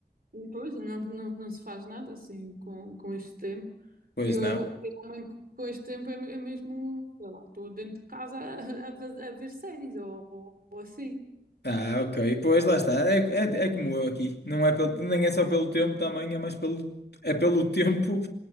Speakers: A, on the right; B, on the left.
A: não, pois, não, não, não se faz nada assim com, com este tempo.
B: Pois
A: Eu,
B: não.
A: realmente, com este tempo, é, me- é mesmo, sei lá, estou dentro de casa a, a, fazer- a ver séries ou, ou, ou assim.
B: Ah, ok. Pois lá está. É, é, é como eu aqui. Não é pelo- nem é só pelo tempo também, é mais pelo, é pelo tempo